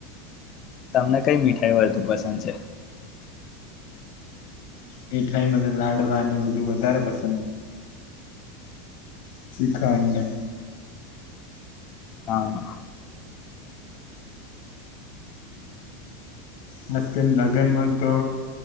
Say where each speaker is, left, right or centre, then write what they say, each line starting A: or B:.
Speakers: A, on the left; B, on the left.
A: તમને કઈ મીઠાઈ વધુ પસંદ છે?
B: મીઠાઈમાં તો લાડવાની બધું વધારે પસંદ શીખંડને
A: હા
B: બસ કે લગ્નમાં તો